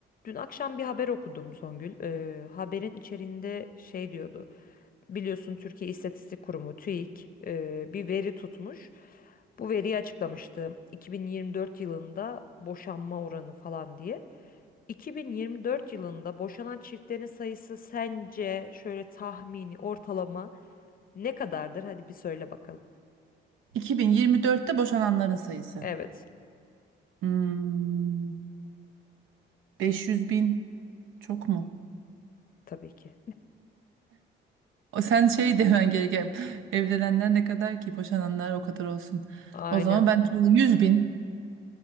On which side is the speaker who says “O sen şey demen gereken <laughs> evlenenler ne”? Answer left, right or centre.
Right